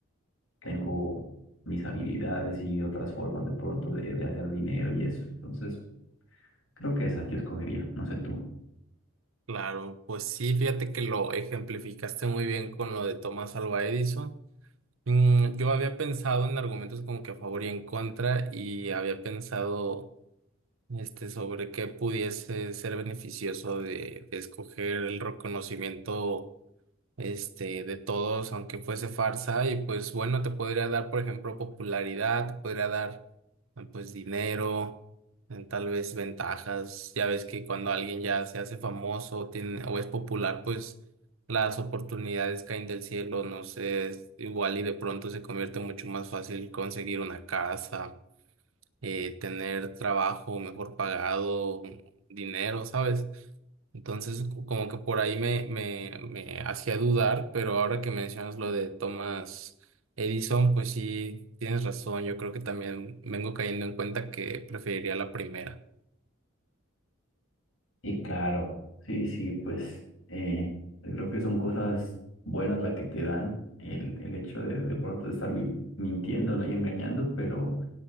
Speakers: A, on the left; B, on the right.
A: tengo mis habilidades y otras formas de pronto de, de hacer dinero y eso. Entonces, Creo que esa yo escogería, no sé tú.
B: Claro, pues sí, fíjate que lo ejemplificaste muy bien con lo de Thomas Alva Edison. Mm, yo había pensado en argumentos como que a favor y en contra y había pensado este, sobre qué pudiese ser beneficioso de, de escoger el reconocimiento este, de todos, aunque fuese farsa, y pues bueno, te podría dar, por ejemplo, popularidad, te podría dar, eh, pues, dinero, eh, tal vez ventajas, ya ves que cuando alguien ya se hace famoso tiene, o es popular, pues las oportunidades caen del cielo, no sé, es igual y de pronto se convierte mucho más fácil conseguir una casa eh, tener trabajo mejor pagado, dinero, ¿sabes? Entonces, co- como que por ahí me, me, me hacía dudar, pero ahora que mencionas lo de Thomas Edison, pues sí, tienes razón. Yo creo que también vengo cayendo en cuenta que preferiría la primera.
A: Y claro, sí, sí, pues eh, yo creo que son cosas buenas las que te dan el, el hecho de de pronto estar vi- mintiendo, ¿no? y engañando, pero,